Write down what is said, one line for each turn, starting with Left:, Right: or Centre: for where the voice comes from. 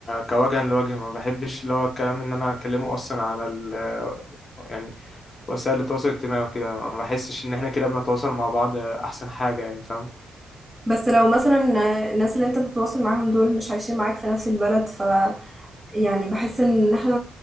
Left: كوجها لوجه ما بحبش اللي هو الكلام ان انا اكلمه اصلا على ال يعني وسائل التواصل الاجتماعي وكده ما بحسش ان احنا كده بنتواصل مع بعض احسن حاجة يعني فاهم
Right: بس لو مثلا الناس اللي انت بتتواصل معاهم دول مش عايشين معاك في نفس البلد ف يعني بحس ان احنا